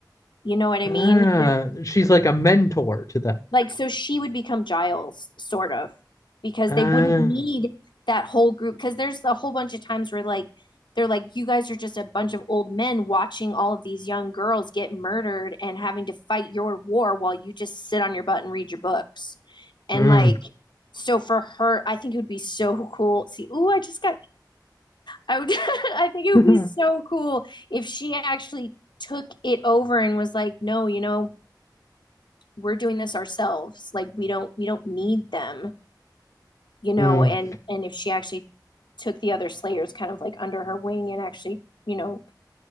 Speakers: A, on the left; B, on the left.
A: You know what I
B: Ah,
A: mean? There,
B: she's like a mentor to them.
A: like, so she would become Giles, sort of, because
B: Ah,
A: they wouldn't need that whole group. Because there's a whole bunch of times where, like, they're like, you guys are just a bunch of old men watching all of these young girls get murdered and having to fight your war while you just sit on your butt and read your books. And,
B: mm,
A: like, so for her, I think it would be so cool. See, ooh, I just got, I would, <laughs> I think it
B: <laughs>
A: would be so cool if she actually took it over and was like, no, you know, we're doing this ourselves like we don't we don't need them you know
B: mm.
A: and and if she actually took the other slayers kind of like under her wing and actually you know